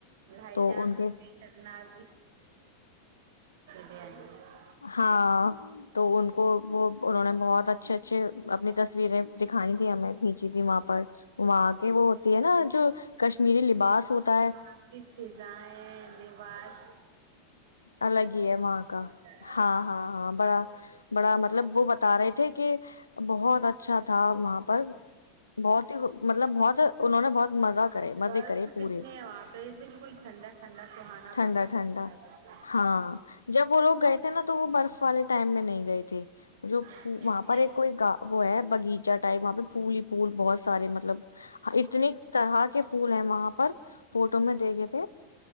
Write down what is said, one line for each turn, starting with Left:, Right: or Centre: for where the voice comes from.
Right: بھائی
Left: تو
Right: جان
Left: ان کے
Right: کو بھی لے چلنا تیاری
Left: ہاں تو ان کو وہ انہوں نے بہت اچھے اچھے اپنی تصویریں دکھائی تیں ہمیں کھینچی تھی وہاں پر وہاں کے وہ ہوتی ہے نا جو کشمیری لباس ہوتا
Right: وہاں
Left: ہے
Right: پ بھیزائے ہے آاز
Left: الگ ہی ہے وہاں کا
Right: ہوتا ہے
Left: ہاں ہاں ہاں بڑا بڑا مطلب وہ بتا رہے تھے کہ بہت اچھا تھا وہاں پر بہت ہی مطلب بہت انہوں نے بہت مزہ کرے مزے
Right: برف
Left: کرے پورے
Right: کتنی ہے وہاں پہ بالکل ٹھنڈا ٹھنڈا سہانا
Left: ٹھنڈا
Right: موسم
Left: ٹھنڈا
Right: رہتا ہے ب
Left: ہاں جب وہ لوگ گئے تھے نا تو وہ برف والے ٹائم میں نہیں گئی تھی جو
Right: اچھا
Left: وہاں پر ایک کوئی گا وہ ہے بغیچہ ٹائپ وہاں پہ پھول ہی پھول بہت سارے مطلب اتنی طرح کے پھول ہیں وہاں پر فوٹو میں دیکھے تھے